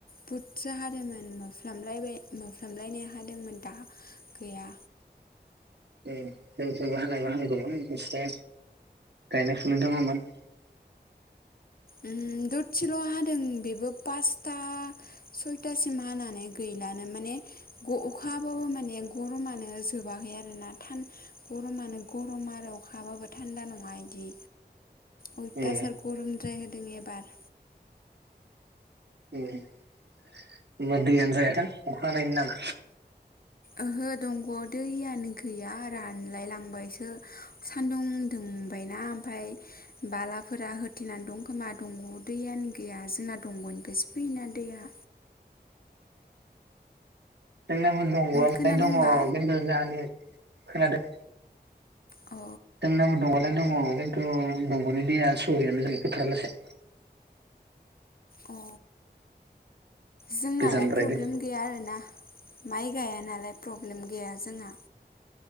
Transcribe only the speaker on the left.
बुदजा हादोमोन मोफ्लामयबाय मोफ्लामलायनाय हादोंमोन दा गैया।
उम ददसेल' हादों बेबो पासता सयतासिम हानानै गैलानो माने ग' अखा हाबाबो माने गर'मानो जोबाखै आरोना थान गर'मानो गर'म आरो अखा हाबाबो थान्दा नङा इदि। अयतासार
गर'मद्राय होदों एबार।
ओहो दंग'आव दैयानो गैया रानलाय लांबायसो। सान्दुं दुंबायना ओमफाय बालाफोरा होथेनानै दं खोमा दंग'आव दैयानो गैया जोना दंग'निफायसो फैयोना दैया।
खोनादोंबा
अ
अ जोंनालाय
प्रब्लेम गैया आरोना माइ गाया नालाय प्रब्लेम गैया जोंहा।